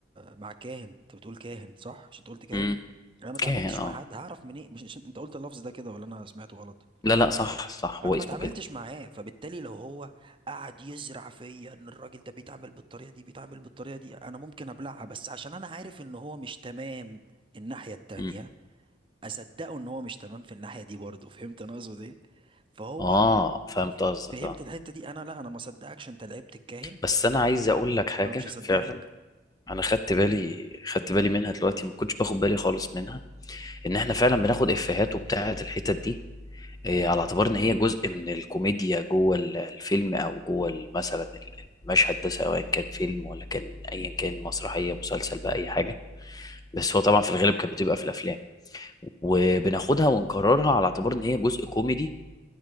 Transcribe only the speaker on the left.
امم
كان اه
لا لا صح صح
هو اسمه
كده
امم
اه فهمت قصدك
اه
بس انا عايز اقول لك حاجه
فعلا انا خدت بالي خدت بالي منها دلوقتي ما كنتش باخد بالي خالص منها ان احنا فعلا بناخد افيهات وبتاعه الحتت دي إيه، على اعتبار ان هي جزء من الكوميديا جوه ال- الفيلم او جوه ال- مثلا ال- المشهد ده سواء كان فيلم ولا كان ايا كان مسرحيه مسلسل بقى اي حاجه بس هو طبعا في الغالب كانت بتبقى في الافلام وبناخدها ونكررها على اعتبار ان هي جزء كوميدي